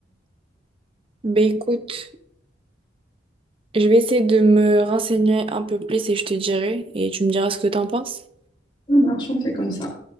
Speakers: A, on the right (about 30°); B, on the left (about 25°).
A: Bah écoute, je vais essayer de me renseigner un peu plus et je te dirai, et tu me diras ce que t'en penses.
B: Ça marche, on fait comme ça.